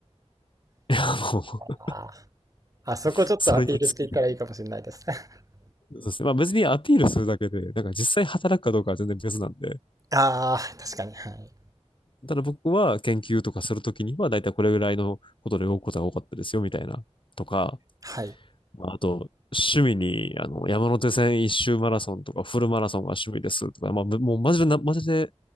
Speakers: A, on the left; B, on the right.
A: <laughs> いや、もう、
B: あーあそこちょっとアピールしていったらいいかもしれないです。
A: <laughs> それに尽きる。
B: <laughs>
A: そうですね。まあ別にアピールするだけで、なんか実際働くかどうかは全然別なんで。
B: ああ、確かに。はい。
A: ただ僕は研究とかするときには、だいたいこれぐらいのことで動くことが多かったですよ、みたいな。とか、
B: はい。
A: まあ、あと、趣味に、あの、山手線一周マラソンとか、フルマラソンが趣味ですとか、まあ、ぶもうマジでな、マジで、